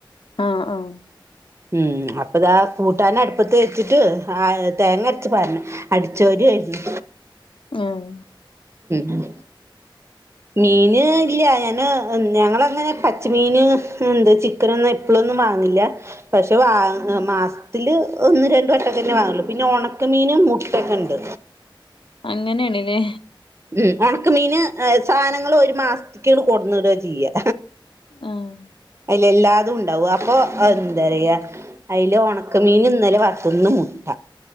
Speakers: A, on the left (about 75°); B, on the right (about 30°).
A: ആഹ് ആഹ്
B: ഉം അപ്പതാ കൂട്ടനട്പ്പത്ത് വെച്ചിട്ട് ആ തേങ്ങര്ച്ച് പാരണം അടിച്ചോരായിരുന്നു
A: ഞ്ഞേഹ്
B: ഉം മീന് ഇല്ല ഞാന് ഞങ്ങളങ്ങനെ പച്ചമീന് എന്താ ചി ക്കനൊന്ന് എപ്പളൊന്നും വാങ്ങില്ല പക്ഷെ വാ മാസ്ത്തില് ഒന്ന് രണ്ട് വട്ടക്കന്നെ വാങ്ങൊള്ളൂ പിന്നെ ഉണക്കമീന് മുട്ടൊക്കെ ഇണ്ട്
A: അങ്ങനേണ്ല്ലേ
B: ഉം ഉണക്ക മീന് അയ് സാനങ്ങള് ഒരു മാസ്ത്ത്ക്ക് കൊടന്നിട ചെയ്യ
A: ആഹ്
B: അയില് എല്ലാതും ഉണ്ടാവും അപ്പൊ എന്താറിയാ അയില് ഒണക്കമീന് ഇന്നലെ വർത്തു ഇന്ന് മുട്ട